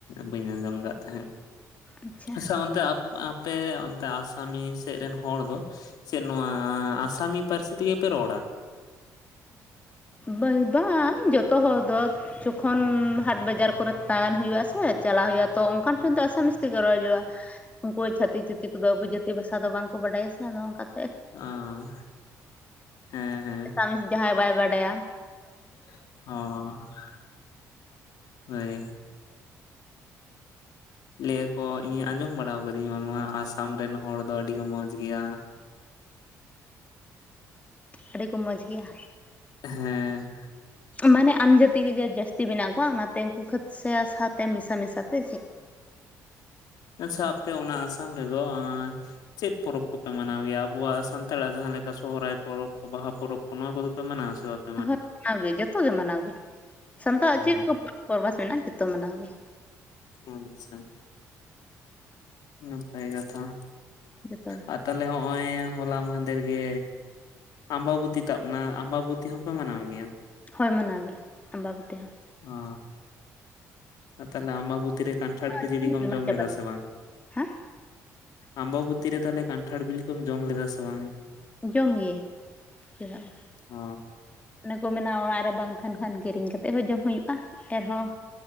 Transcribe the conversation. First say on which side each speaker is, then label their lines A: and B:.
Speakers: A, on the left; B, on the left.
A: ᱵᱟᱹᱧ ᱟᱸᱡᱚᱢ ᱠᱟᱫ ᱛᱟᱦᱮᱸᱫ
B: ᱟᱪᱪᱷᱟ
A: ᱟᱥᱥᱟ ᱚᱱᱛᱮ ᱟᱯᱮ ᱚᱱᱛᱮ ᱟᱥᱟᱢᱤᱭᱟᱹ ᱥᱮᱫ ᱨᱮᱱ ᱦᱚᱲ ᱫᱚ ᱪᱮᱫ ᱱᱚᱣᱟ ᱟᱥᱟᱢᱤᱭᱟᱹ ᱯᱟᱹᱨᱥᱤ ᱛᱮ ᱜᱮ ᱯᱮ ᱨᱚᱲ-ᱟ?
B: ᱵᱟᱹᱭ ᱵᱟᱝ ᱡᱷᱚᱛᱚ ᱦᱚᱲ ᱫᱚ ᱡᱚᱠᱷᱚᱱ ᱦᱟᱴ ᱵᱟᱡᱟᱨ ᱠᱚ ᱨᱮ ᱛᱟᱦᱮᱱ ᱦᱩᱭᱩᱜ ᱟᱥᱮ ᱪᱟᱞᱟᱜ ᱦᱩᱭᱩᱜᱼᱟ᱾ ᱛᱚ ᱚᱱ ᱠᱟᱱ ᱴᱷᱮᱱ ᱫᱚ ᱟᱥᱟ ᱢᱤᱥ ᱛᱮ ᱜᱮ ᱨᱚᱲ ᱦᱳᱭᱳᱜᱼᱟ᱾ ᱩᱱᱠᱩ ᱪᱷᱟᱹᱛᱤᱠ ᱡᱟᱹᱛᱤ ᱠᱚ ᱫᱚ ᱟᱵᱚ ᱡᱟᱹᱛᱤ ᱵᱷᱟᱥᱟ ᱫᱚ ᱵᱟᱝ ᱠᱚ ᱵᱟᱰᱟᱭᱟ ᱥᱮ ᱟᱫᱚ ᱚᱱᱠᱟ
A: ᱚ ᱦᱮᱸ ᱦᱮᱸ
B: ᱛᱟᱢᱤᱥ ᱡᱟᱦᱟᱸᱭ ᱵᱟᱭ ᱵᱟᱰᱟ ᱭᱟ᱾
A: <unintelligible> ᱞᱟᱹᱭ ᱟᱠᱚ ᱤᱧ ᱟᱸᱡᱚᱢ ᱵᱟᱲᱟ ᱠᱟᱫᱤᱧ ᱵᱟᱝ ᱢᱟ ᱟᱥᱟᱢ ᱨᱮᱱ ᱦᱚᱲ ᱫᱚ ᱟᱹᱰᱤ ᱠᱚ ᱢᱚᱸᱡᱽ ᱜᱮᱭᱟ᱾
B: ᱟᱹᱰᱤ ᱠᱚ ᱢᱚᱡᱽ ᱜᱮᱭᱟ᱾
A: ᱦᱮᱸ
B: ᱢᱟᱱᱮ ᱟᱱ ᱡᱟᱛᱤ ᱠᱚ ᱜᱮ ᱡᱟᱹᱥᱛᱤ ᱢᱮᱱᱟᱜ ᱠᱚᱣᱟ ᱚᱱᱟ ᱛᱮ ᱩᱱᱠᱩ ᱠᱷᱟᱹᱛᱤᱨ ᱥᱮ ᱥᱟᱶ ᱛᱮ ᱢᱮᱥᱟ ᱢᱮᱥᱟ ᱛᱮ ᱥᱮᱪ
A: ᱟᱪᱪᱷᱟ ᱟᱯᱮ ᱚᱱᱟ ᱟᱥᱟᱢ ᱨᱮ ᱫᱚ ᱪᱮᱫ ᱯᱚᱨᱚᱵᱽ ᱠᱚ ᱯᱮ ᱢᱟᱱᱟᱣ ᱜᱮᱭᱟ ᱟᱵᱚᱣᱟᱜ ᱥᱟᱱ ᱛᱟᱲᱟᱜ ᱡᱟᱦᱟᱸ ᱞᱮᱠᱟ ᱥᱚᱦᱚᱨᱟᱭ ᱯᱚᱨᱚᱵᱽ ᱠᱚ ᱵᱟᱦᱟ ᱯᱚᱨᱚᱵᱽ ᱠᱚ ᱱᱚᱣᱟ ᱠᱚ ᱫᱚ ᱯᱮ ᱢᱟᱱᱟᱣ ᱥᱮ ᱵᱟᱝ?
B: ᱦᱳ ᱢᱟᱱᱟᱣ ᱜᱮ ᱡᱷᱚᱛᱚ ᱜᱮ ᱢᱟᱱᱟᱣ ᱜᱮᱭᱟ ᱥᱟᱱ ᱛᱟᱲᱟᱜ
A: ᱚ
B: ᱪᱮᱫ ᱠᱚ ᱯᱚᱨᱵᱷᱟᱥ ᱢᱮᱱᱟᱜᱼᱟ᱾ ᱡᱷᱚᱛᱚ ᱢᱟᱱᱟᱣ ᱜᱮ᱾
A: ᱟᱪᱪᱷᱟ ᱱᱟᱯᱟᱭ ᱠᱟᱛᱷᱟ
B: ᱡᱚᱛᱚ ᱜᱮ
A: ᱟᱨ ᱛᱟᱦᱞᱮ ᱦᱚᱜᱼᱚᱭ ᱦᱚᱞᱟ ᱢᱟᱦᱮ ᱫᱷᱮᱨ ᱜᱮ ᱟᱢ ᱵᱟᱵᱚᱛᱤ ᱛᱟᱵ ᱱᱟ ᱟᱢ ᱵᱟᱵᱚᱛᱤ ᱦᱚᱸᱯᱮ ᱢᱟᱱᱟᱣ ᱜᱮᱭᱟ?
B: ᱦᱳᱭ ᱢᱟᱱᱟᱣ ᱜᱮ ᱟᱢ ᱵᱟᱵᱚᱛᱤ ᱦᱚᱸ᱾
A: ᱚ ᱛᱟᱦᱞᱮ ᱟᱢᱵᱟ ᱵᱚᱛᱤ ᱨᱮ ᱠᱟᱱ ᱴᱷᱟᱲ ᱠᱷᱟᱹᱡᱟᱹᱲᱤ
B: ᱦᱚᱸ
A: ᱠᱚᱢ ᱡᱚᱢ
B: ᱪᱟᱵᱟᱭᱮᱱᱟ
A: ᱞᱮᱫᱟ ᱥᱮ ᱵᱟᱝ?
B: ᱦᱮᱸ
A: ᱟᱢᱵᱟᱵᱚᱛᱤ ᱨᱮ ᱛᱟᱦᱞᱮ ᱠᱟᱱᱴᱷᱟᱲ ᱵᱤᱞᱤ ᱠᱚᱢ ᱡᱚᱢ ᱞᱮᱫᱟ ᱥᱮ ᱵᱟᱝ?
B: ᱡᱚᱢ ᱜᱮ ᱪᱮᱫᱟᱜ ᱵᱟᱝ᱾
A: ᱚ
B: ᱚᱱᱮ ᱠᱚ ᱢᱮᱱᱟ ᱚᱲᱟᱜ ᱨᱮ ᱵᱟᱝ ᱛᱟᱦᱮᱱ ᱠᱷᱟᱱ ᱠᱤᱨᱤᱧ ᱠᱟᱛᱮ ᱦᱚᱸ ᱡᱚᱢ ᱦᱩᱭᱩᱜᱼᱟ ᱮᱱ ᱦᱚᱸ